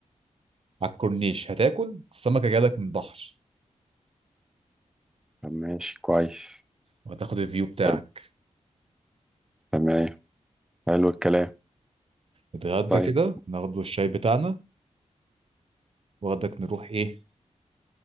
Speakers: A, on the right; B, in the centre.
A: على الكورنيش هتاكل السمكة جالك من البحر
B: طب ماشي كويس
A: وهتاخد الفيو بتاعك
B: حلو تمام حلو الكلام
A: نتغدى
B: طيب
A: كده ناخد الشاي بتاعنا وغدك نروح ايه